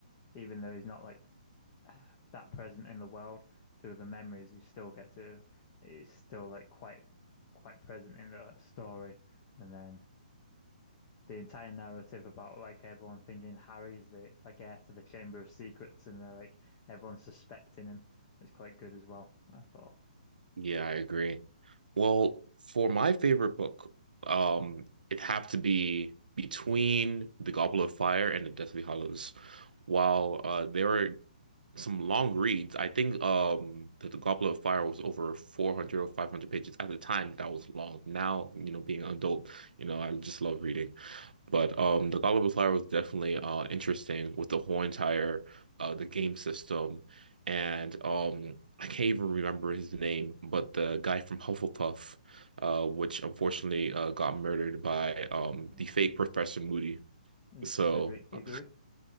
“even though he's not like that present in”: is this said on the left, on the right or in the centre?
Left